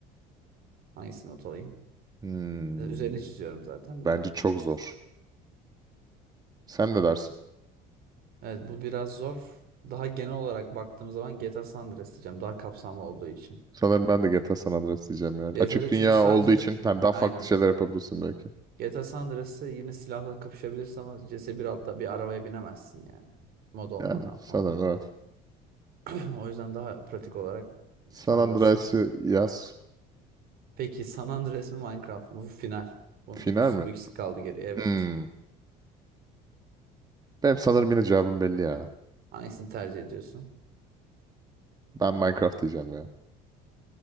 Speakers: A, on the right; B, on the right.
A: Hangisini not alayım?
B: Hmm,
A: Üzerini çiziyorum zaten
B: bence
A: de.
B: çok zor. Sen ne dersin?
A: Evet bu biraz zor. Daha genel olarak baktığım zaman GTA San Andreas diyeceğim. Daha kapsamlı olduğu için.
B: Sanırım ben de GTA San Andreas diyeceğim yani.
A: CS'de
B: Açık dünya
A: çünkü sadece
B: olduğu için hani daha
A: aynen.
B: farklı şeyler yapabilirsin belki.
A: GTA San Andreas'ta yine silahla kapışabilirsin ama cs bir altta bir arabaya binemezsin yani. Mod olmadan
B: Yani sanırım
A: falan.
B: evet.
A: <clears throat> O yüzden daha pratik olarak
B: San
A: San Andreas
B: Andreas'ı
A: seçtim.
B: yaz.
A: Peki San Andreas mı Minecraft mı? Bu final. Bu,
B: Final mi?
A: bu ikisi kaldı geriye evet.
B: Hmm. Benim sanırım yine cevabım belli ya.
A: Hangisini tercih ediyorsun?
B: Ben Minecraft diyeceğim ya.